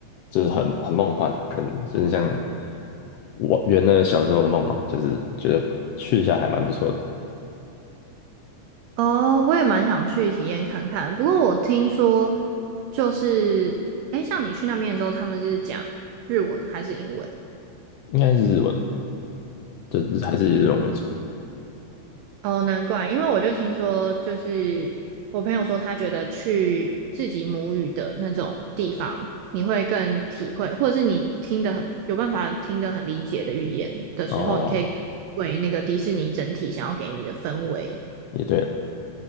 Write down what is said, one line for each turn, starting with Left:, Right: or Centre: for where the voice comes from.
Left: 就是很很梦幻，很就是像我圆了小时候的梦嘛，就是觉得去一下还蛮不错的。
Right: 哦，我也蛮想去体验看看。不过我听说，就是，哎，像你去那边的时候，他们是讲日文还是英文？
Left: 应该是日文吧，就还是以日文为主。
Right: 哦，难怪，因为我就听说，就是我朋友说，他觉得去自己母语的那种地方，你会更体会，或者是你听的有办法听得很理解的语言的时候，
Left: 哦，
Right: 你可以为那个迪士尼整体想要给你的氛围。
Left: 也对了。